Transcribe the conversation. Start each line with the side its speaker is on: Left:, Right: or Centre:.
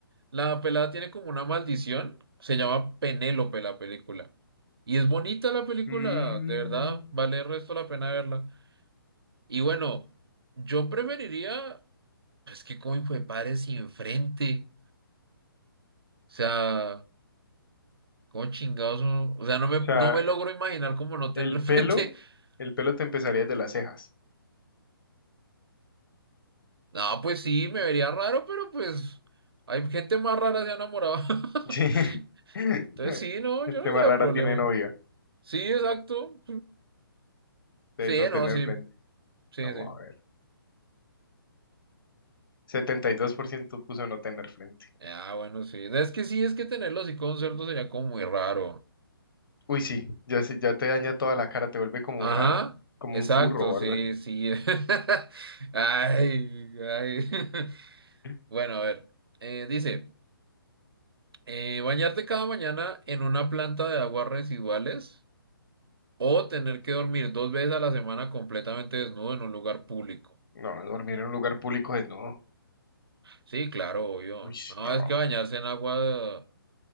Right: La pelada tiene como una maldición. Se llama Penélope la película. Y es bonita la película,
Left: Mm,
Right: de verdad, vale el resto la pena verla. Y bueno, yo preferiría, es que como fue padre sin frente. O sea, como chingados, uno- o sea, no me,
Left: o sea,
Right: no me logro imaginar como no
Left: el
Right: tener frente.
Left: pelo,
Right: <laughs>
Left: el pelo te empezaría desde las cejas.
Right: No, pues sí, me vería raro, pero pues hay gente más rara se ha enamorado. <laughs>
Left: Sí. <laughs>
Right: Entonces sí, no,
Left: Gente
Right: yo no
Left: más
Right: le veo
Left: rara
Right: problema.
Left: tiene novia.
Right: Sí, exacto.
Left: Entonces
Right: Sí,
Left: no tener
Right: no, sí,
Left: frente.
Right: sí,
Left: Vamos
Right: sí.
Left: a ver. setenta y dos por ciento puso no tener frente.
Right: Ah, bueno, sí. Es que sí, es que tenerlo así con cerdo sería como muy raro.
Left: Uy, sí, ya, se- ya te daña toda la cara, te vuelve como
Right: Ajá,
Left: raro, como
Right: exacto,
Left: un furro o
Right: sí,
Left: algo así.
Right: sí. <laughs> Ay, ay. <laughs>
Left: <laughs>
Right: Bueno, a ver. Eh, dice, eh, bañarte cada mañana en una planta de aguas residuales o tener que dormir dos veces a la semana completamente desnudo en un lugar público.
Left: No, dormir en un lugar público es no.
Right: Sí, claro, obvio.
Left: Uy,
Right: No,
Left: no.
Right: es que bañarse en agua.